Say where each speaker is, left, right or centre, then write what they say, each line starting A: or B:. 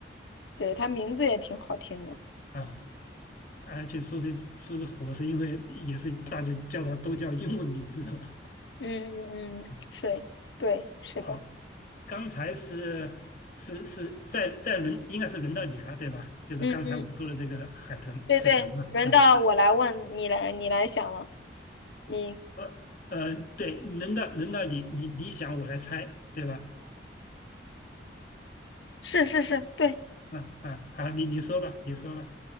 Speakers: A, on the left; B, on the left.
A: 对，他名字也挺好听的。
B: 啊。而且说是说是火，是因为也是大家叫他都叫英文名字的吧？
A: 嗯嗯嗯，
B: 嗯
A: 水，对，是的。
B: 啊，刚才是是是在在轮应该是轮到你了，对吧？就是刚才我说的这个海豚水豚嘛，
A: 嗯嗯，对对，轮到我来问你来，
B: 啊
A: 你来想了。你
B: 呃呃，对，轮到轮到你你你想我来猜，对吧？
A: 是是是，对。
B: 嗯嗯，好，你你说吧，你说吧。